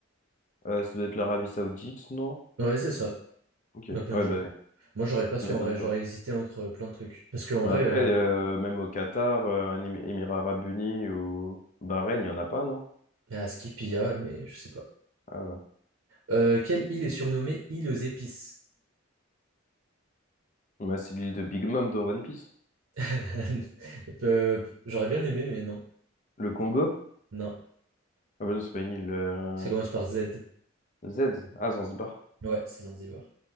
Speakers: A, on the left; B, on the right.
A: euh, ça doit être l'Arabie Saoudite, non?
B: Ouais, c'est ça.
A: Ok,
B: Bah, bien
A: ouais,
B: joué.
A: bah,
B: Moi, j'aurais pas su
A: ça m'étonne
B: en vrai,
A: pas.
B: j'aurais hésité entre euh, plein de trucs. Parce qu'en
A: Mais
B: vrai,
A: après,
B: euh,
A: euh, même au Qatar, euh, un Émi- Émirats Arabes Unis ou Bahreïn, il n'y en a pas, non?
B: Ah, Skipia, mais je sais pas.
A: Ah ouais.
B: Euh, quelle île est surnommée île aux épices?
A: Bah, c'est l'île de Big Mom dans One Piece.
B: <laughs> Euh, J'aurais bien aimé, mais non.
A: Le Congo?
B: Non.
A: Ah bah non, c'est pas une île. euh,
B: Ça commence par Z.
A: Z. Ah, Zanzibar.
B: Ouais, c'est Zanzibar.